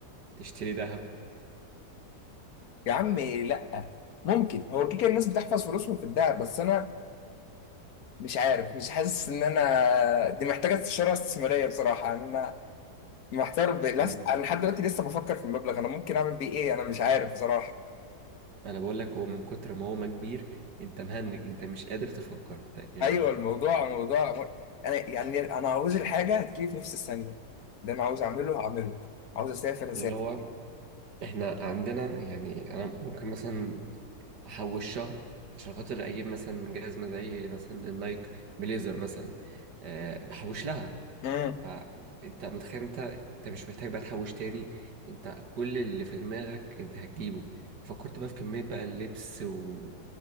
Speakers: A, on the right (about 70°); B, on the left (about 60°).
A: تشتري ذهب
B: يا عم لا ممكن هو كده كده الناس بتحفظ فلوسهم في الدهب بس انا مش عارف مش حاسس ان انا دي محتاجه استشاره استثماريه بصراحه يعني انا محتار ب... لس...
A: مم،
B: انا لحد دلوقتي لسه بفكر في المبلغ انا ممكن اعمل بيه ايه انا مش عارف بصراحه
A: انا بقول لك هو من كتر ما هو ما كبير انت مهنج انت مش قادر تفكر أنت يعني
B: ايوه الموضوع موضوع انا يعني انا عاوز الحاجه هتجيلي في نفس الثانيه اللي انا عاوز اعمله هعمله عاوز اسافر اسافر
A: اللي هو احنا عندنا يعني انا ممكن مثلا احوش شهر عشان خاطر اجيب مثلا جهاز مزعج مثلا النايك بليزر مثلا أه بحوش لها
B: مم.
A: فانت متخيل انت انت مش محتاج بقى تحوش تاني انت كل اللي في دماغك انت هتجيبه فكرت بقى في كمية بقى اللبس و...